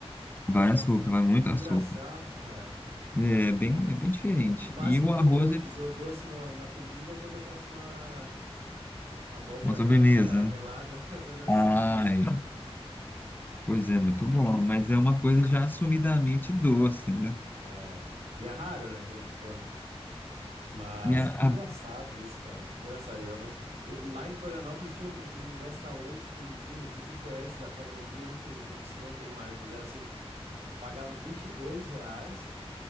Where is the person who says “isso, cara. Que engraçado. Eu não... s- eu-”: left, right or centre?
Right